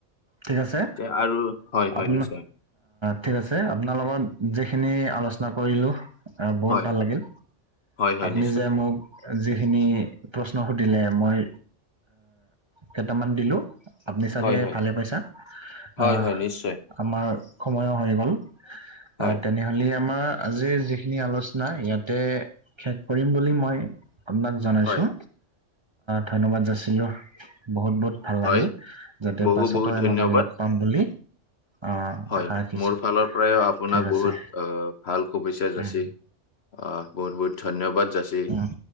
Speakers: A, on the right; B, on the left.
A: ঠিক আছে
B: তে আৰু হয় হয়
A: আপ
B: নিশ্চয়
A: ঠিক আছে আপোনাৰ লগত যিখিনি আলোচনা কৰিলো সচাই বহুত
B: হয়
A: ভাল লাগিল,
B: হয় হয়
A: আপুনি
B: নিশ্চয়
A: যে মোক যিখিনি প্ৰশ্ন সুধ দিলে মই কেইটামান দিলোঁ। আপুনি চাগে
B: হয় হয়
A: ভালে পাইছা
B: হয়
A: আ'
B: হয় নিশ্চয়
A: আমাৰ সময়ো হৈ গ'ল।
B: হয়
A: অ, তেনেহলে আমাৰ আজিৰ যিখিনি আলোচনা ইয়াতে শেষ কৰিম বুলি মই- আপোনাক জনাইছোঁ
B: হয়
A: ধন্যবাদ যাছিলোঁ বহুত বহুত ভাল লাগিল।
B: হয়
A: যাতে
B: বহু
A: পাছতো
B: বহুত
A: এনেকুৱা
B: ধন্যবাদ
A: লগ পাম বুলি আহ
B: হয়,
A: আশা ৰাখিছো
B: মোৰ ফালৰ পৰাও আপোনাক
A: ঠিক
B: বহুত
A: আছে
B: ভাল শুভেচ্ছা যাচি
A: উম
B: অ, বহুত বহুত ধন্যবাদ যাচি
A: উম